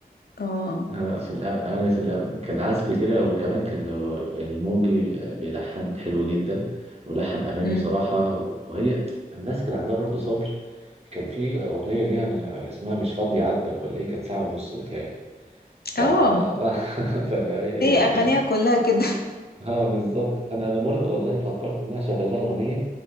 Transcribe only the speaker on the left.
اه
امم
اه
هي اغانيها
كلها كده